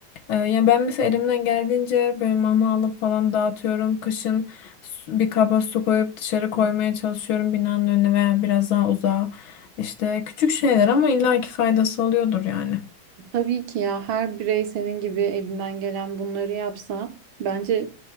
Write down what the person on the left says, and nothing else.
Ee, Yani ben mesela elimden geldiğince böyle mama alıp falan dağıtıyorum. Kışın su- bir kaba su koyup dışarı koymaya çalışıyorum binanın önüne veya biraz daha uzağa. İşte küçük şeyler ama illaki faydası oluyordur yani.